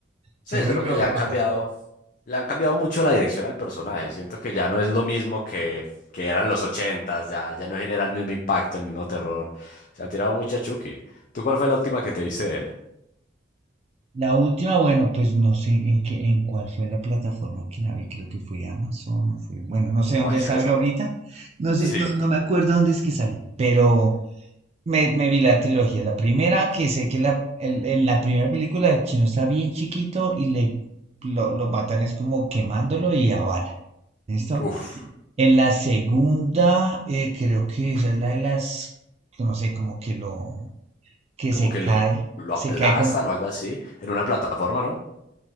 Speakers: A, on the left; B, on the right.
A: Sí,
B: Siempre
A: eso es
B: lo
A: lo
B: logra
A: que le han
B: matar.
A: cambiado. Le han cambiado mucho la dirección al personaje. Siento que ya no es lo mismo que, que eran los ochentas. Ya, ya no genera el mismo impacto, el mismo terror. Se han tirado mucho a Chucky. ¿Tú cuál fue la última que te viste de él?
B: La última, bueno, pues no sé en qué, en cuál fue la plataforma que la vi, creo que fue Amazon o fue, bueno, no sé
A: O
B: dónde
A: H
B: salga
A: B O, ¿no?
B: ahorita, no
A: Sí.
B: sé, no, no me acuerdo dónde es que salí pero me, me vi la trilogía, la primera, que sé que la, el- en la primera película el chino está bien chiquito y le lo, lo matan es como quemándolo y a bala, ¿listo?
A: Uf.
B: En la segunda, eh, creo que esa es la de las, que no sé, como que lo, que
A: como
B: se
A: que lo,
B: cae,
A: lo
B: se
A: aplastan
B: cae como,
A: o algo así, en una plataforma, ¿no?